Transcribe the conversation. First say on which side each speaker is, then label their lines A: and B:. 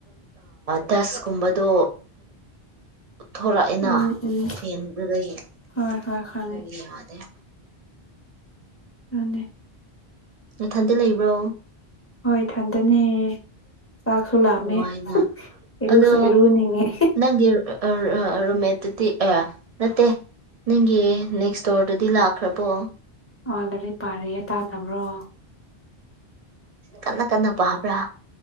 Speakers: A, on the right (about 50°); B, on the left (about 15°).
A: ꯗꯁꯀꯨꯝꯕꯗꯣ ꯎꯠꯊꯣꯔꯛꯑꯦꯅ
B: ꯎꯝ ꯎꯝ
A: ꯐꯦꯟꯗꯨꯗꯒꯤ
B: ꯍꯣꯏ ꯍꯣꯏ ꯈꯪꯉꯦ
A: ꯑꯗꯨꯒꯤ ꯌꯥ ꯌꯥꯗꯤꯦ
B: ꯑꯗꯨꯅꯤ
A: ꯃꯊꯟꯗꯤ ꯂꯩꯕ꯭ꯔꯣ
B: ꯍꯣꯏ ꯊꯟꯗꯅꯤ ꯆꯥꯛꯁꯨ ꯂꯥꯝꯃꯦ
A: ꯅꯨꯡꯉꯥꯏꯅ
B: ꯏꯔꯨꯁꯨ
A: ꯑꯗꯣ
B: ꯏꯔꯨꯅꯤꯡꯉꯦ
A: ꯅꯪꯒꯤ ꯔꯨꯝꯃꯦꯠꯇꯨꯗꯤ ꯑꯦ ꯅꯠꯇꯦ ꯅꯪꯒꯤ ꯅꯦꯛꯁ ꯁ꯭ꯇꯣꯔꯗꯗꯤ ꯂꯥꯛꯈ꯭ꯔꯕꯣ
B: ꯑ ꯂꯔꯤꯛ ꯄꯥꯔꯌꯦ ꯇꯥꯗꯕ꯭ꯔꯣ
A: ꯀꯟꯅ ꯀꯟꯅ ꯄꯥꯕ꯭ꯔꯥ